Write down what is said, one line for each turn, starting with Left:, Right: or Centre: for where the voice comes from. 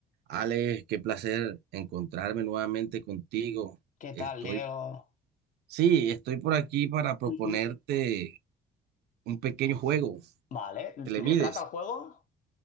Right: Alex, qué placer encontrarme nuevamente contigo.
Left: ¿Qué
Right: Estoy,
Left: tal, Leo?
Right: sí, estoy por aquí para proponerte
Left: Ujú.
Right: un pequeño juego.
Left: Vale, ¿De
Right: ¿Te le mides?
Left: qué trata el juego?